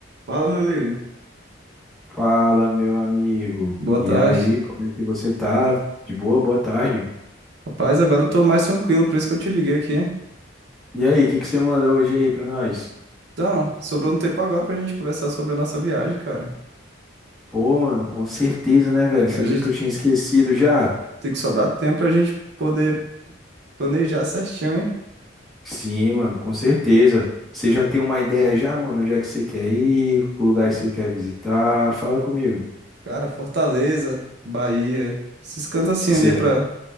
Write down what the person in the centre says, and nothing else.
Fala, meu amigo.
E
aí, como é que você tá? De boa, boa tarde.
E aí, o que que você manda hoje aí pra nós?
Pô, mano, com certeza, né, velho?
Você
acredita
que eu tinha esquecido já?
Sim, mano, com certeza. Você já tem uma ideia já, mano? Onde é que você quer ir? Que lugar que você quer visitar? Fala comigo.
Certo.